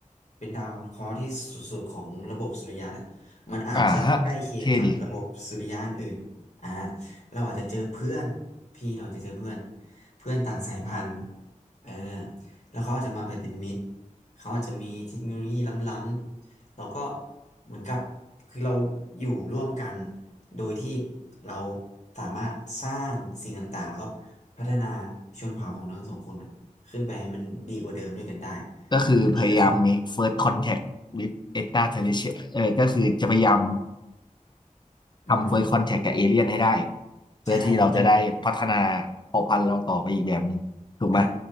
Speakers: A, on the left (about 55°); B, on the left (about 35°).
A: เป็นดาวเคราะห์ที่สุดๆของระบบสุริยะแหละมันอาจจะใกล้เคียงกับระบบสุริยะอนอื่นอ่า
B: อ่าฮะเท่ดี
A: เราอาจจะเจอเพื่อนพี่เราจะเจอเพื่อนเพื่อนต่างสายพันธุ์เออแล้วเขาอาจจะมาแบบเป็นมิตรเขาอาจจะมีเทคโนโลยีล้ำๆแล้วก็เหมือนกับคือเราอยู่ร่วมกันโดยที่เราสามารถสร้างสิ่งต่างๆแล้วก็ พัฒนาชนเผ่าของทั้งสองคนอ่ะขึ้นไปให้มันดีกว่าเดิมด้วยกันได้
B: ก็คือพยายาม
A: จริงๆก็คือ
B: make first contact with extraterrestrial เออก็คือจะพยายาม
A: อืม
B: ทำ first contact กับเอเลี่ยนให้ได้เพื่อที่เราจะได้พัฒนาเผ่าพันธุ์เราต่อไปอีกแบบหนึ่งถูกไหม
A: ใช่จริงๆอ่า